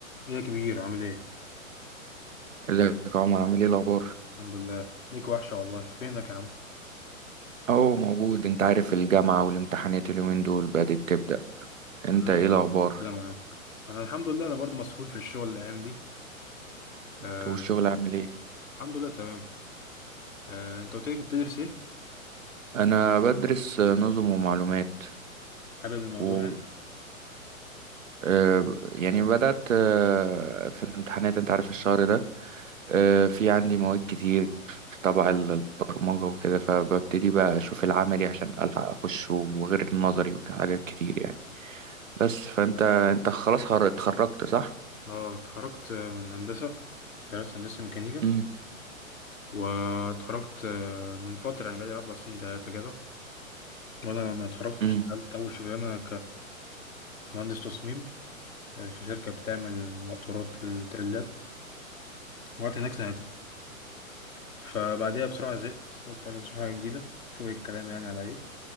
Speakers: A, on the left; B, on the right.
A: يا كبير عامل ايه؟
B: ازيك يا عمر عامل ايه الاخبار
A: الحمد لله ليك وحشة والله فينك يا عم؟
B: اهو موجود انت عارف الجامعه والامتحانات اليومين دول بدات تبدا انت
A: يا باشا
B: ايه
A: ربنا
B: الاخبار
A: معاك انا الحمد لله انا برضو مسحول في الشغل الايام دي آه
B: انت والشغل عامل ايه
A: الحمد لله تمام آه انت قلت لي كنت بتدرس ايه؟
B: انا بدرس نظم ومعلومات
A: حابب الموضوع
B: و
A: يعني؟
B: آه، يعني بدات آه، في الامتحانات انت عارف الشهر ده آه، في عندي مواد كتير تبع البرمجه وكده فببتدي بقى اشوف العملي عشان الحق اخش وغير النظري وحاجات كتير يعني بس فانت انت خلاص خر- اتخرجت صح
A: اه اتخرجت آه، من هندسة درست هندسة ميكانيكا
B: امم
A: واتخرجت آه، من فترة يعني بقالي أربع سنين تلاتة كده وأنا لما اتخرجت
B: امم
A: اشتغلت أول شغلانة كمهندس تصميم آه، في شركة بتعمل مقطورات للتريلات وقعدت هناك سنتين فبعديها بسرعة زهقت قلت عايز أشوف حاجة جديدة أشوف إيه الكلام يعني على إيه